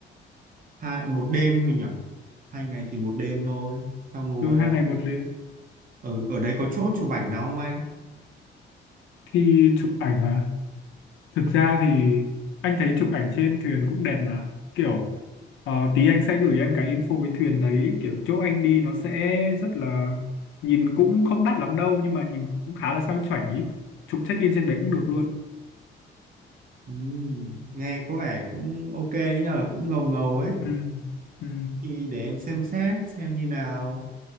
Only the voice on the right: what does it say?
hai một đêm thôi nhỉ hai ngày thì một đêm thôi xong rồi
ờ,
ở ở đấy có chỗ chụp ảnh nào không anh
ừ, nghe có vẻ cũng ok đấy nhờ cũng ngầu ngầu ấy
thì để em xem xét xem như nào